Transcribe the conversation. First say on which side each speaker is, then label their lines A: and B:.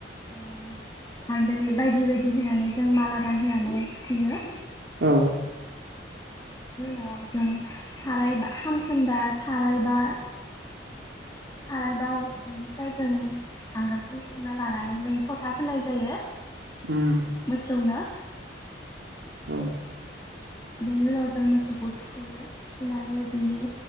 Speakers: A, on the left; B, on the right.
A: ओ हालदै बायदि बायदि होनानै जों माला गानहोनानै थुखैयो।
B: औ।
A: अ जों साराय बा हामखोन्दा सारायबा सारायबा बेनिफ्राय जों हांगारखौ हबना लानानै जों फ'था फोननाय जायो।
B: उम
A: मोसौनो।
B: औ।
A: बेनि उनाव जों मोसौखौ थुखैयो थुखैनानै बिनि